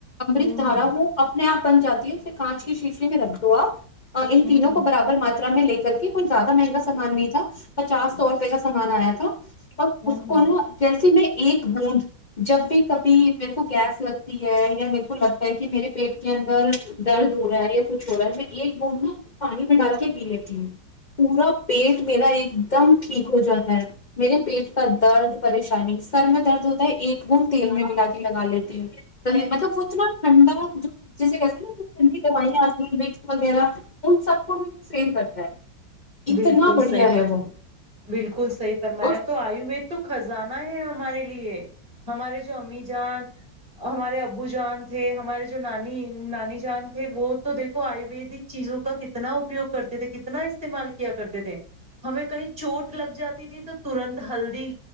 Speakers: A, on the left; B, on the right.
A: امرت
B: ہوں
A: دھارا
B: ہوں
A: وہ اپنے آپ بن جاتی ہے اسھر کانچ کے شیشے میں رکھ دوو آپ ان
B: ہوں
A: تینوں کو برابر مان میں لے کر کے کچھ زیادہ مہنگا سامان نہیں تھا پچاس سو روپئے کا سامان آیا تھا اور
B: ہوں
A: اس
B: ہوں
A: کو نا جیسے میں ایک بوند جب بھی کبھی میرے کو گیس لگ یا میرے کو لگتا ہے کہ میرے پیٹ کے اندر درد ہو رہا ہے یا کچھ ہو رہا ہے میں ایک بند نا پانی میں ڈال کے پی لیتی ہوں پورا پیٹ میرا ایک دم ٹھیک ہو جاتا ہے میرے پیٹ کا درد پریشانی سر
B: ہوں
A: میں درد ہوتا ہے ایک بند تیل میں ملا جات لگا لیتی مطلب وہ اتنا ٹھنڈا جو جسے کہتے ہیں نا ٹھنڈی دوائیاں آتی ہیں مکس وغیرہ ان سب کو بھی وہ فیر کرتا ہے
B: بالکل
A: اتنا بڑھیا
B: صحیح فرما
A: ہے وہ
B: بالکل صحی فرمایا
A: اور
B: تو آیوروید تو خزانہ ہے ہمارے لیے ہمارے جو امی جان ہمارے ابو جان تھے ہمارے جو جو نانی نانی جان تھے وہ تو دیکھو آیورویدک چیزوں کا کتنا اپیوگ کرتے تھے کتنا اس استعمال کیا کرتے تھے ہمیں کہیں چوٹ لگ جاتی تھی تو ترنت ہلدی